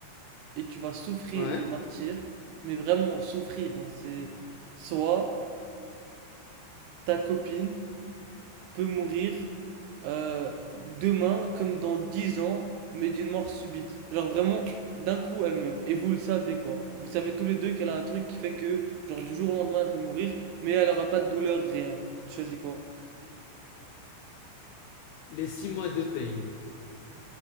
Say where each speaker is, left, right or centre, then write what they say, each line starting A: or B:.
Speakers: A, on the right; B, on the left.
A: et tu vas souffrir
B: Ouais.
A: le martyre, mais vraiment souffrir, hein, c'est soit ta copine peut mourir euh, demain comme dans dix ans, mais d'une mort subite. Genre vraiment, d'un coup elle meurt et vous le savez quoi. Vous savez tous les deux qu'elle a un truc qui fait que genre du jour au lendemain elle peut mourir, mais elle aura pas de douleur, rien. Tu choisis quoi?
B: Les six mois de peine.